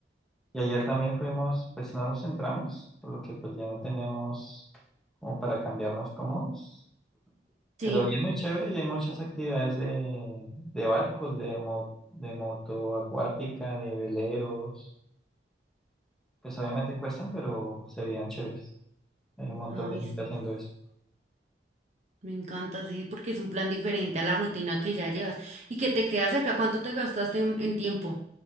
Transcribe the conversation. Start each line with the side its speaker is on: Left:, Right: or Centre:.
Centre: Y ayer también fuimos, pues no nos entramos por lo que pues ya no teníamos como para cambiarnos cómodos.
Right: Sí,
Centre: Pero bien, muy chévere y hay muchas actividades de, de barcos, de, mo- de moto acuática, de veleros. Pues obviamente cuestan, pero se veían chéveres. Hay un montón
Right: ay,
Centre: de gente
Right: sí.
Centre: haciendo eso.
Right: Me encanta, sí, porque es un plan diferente a la rutina que ya llevas y que te queda cerca. ¿Cuánto te gastaste en, en tiempo?